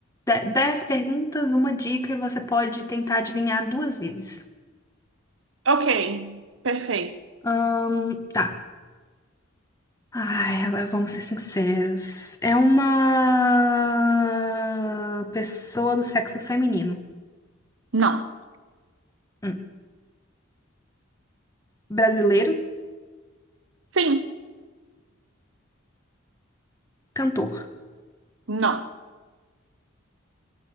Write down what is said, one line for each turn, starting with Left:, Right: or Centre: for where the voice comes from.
Left: de- dez perguntas, uma dica, e você pode tentar adivinhar duas vezes.
Right: ok, perfeito.
Left: Ahn, tá. Ai, agora vamos ser sinceros. É uma pessoa do sexo feminino.
Right: Não.
Left: Hum. Brasileiro,
Right: Sim,
Left: cantor.
Right: não.